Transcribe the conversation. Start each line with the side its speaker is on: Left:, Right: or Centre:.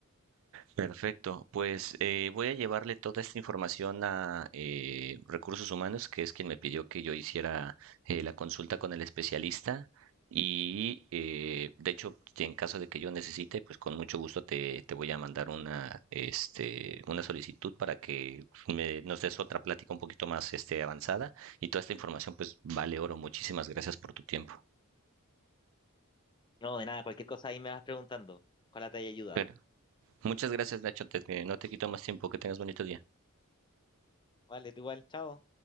Right: Perfecto, pues eh, voy a llevarle toda esta información a eh, Recursos Humanos, que es quien me pidió que yo hiciera eh, la consulta con el especialista. Y eh, de hecho, si en caso de que yo necesite, pues con mucho gusto te, te voy a mandar una, este, una solicitud para que me- nos des otra plática un poquito más este, avanzada. Y toda esta información, pues vale oro. Muchísimas gracias por tu tiempo.
Left: No, de nada, cualquier cosa ahí me vas preguntando. Ojalá te haya ayudado.
Right: Pero muchas gracias, Nacho. te- eh, no te quito más tiempo. Que tengas bonito día.
Left: Vale, tú igual, chao.